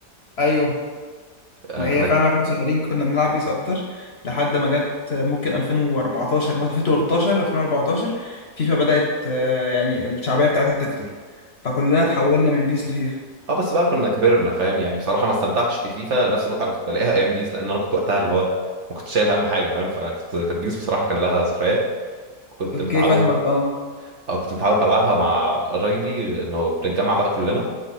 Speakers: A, on the left (about 45°); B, on the right (about 55°).
A: ايوه
B: آه،
A: ما
B: كانت
A: هي فعلا احنا صغيرين كنا بنلعب بيس اكتر لحد ما جت ممكن 2014 مثلا 2013 2014 فيفا بدأت آه، يعني الشعبية بتاعتها تكتر فكلنا اتحولنا من بيس لفيفا
B: اه بس بقى كنا كبرنا فاهم يعني بصراحه ما استمتعتش في فيفا نفس المتعه اللي كنت بلاقيها ايام بيس لان انا كنت وقتها اللي هو ما كنت شايل هم حاجه فاهم فكنت كانت بيس بصراحه كان لها ذكريات كنت
A: اوكي
B: متعود
A: فاهمك اه
B: او كنت متعود بلعبها مع قرايبي انه بنتجمع بقى كلنا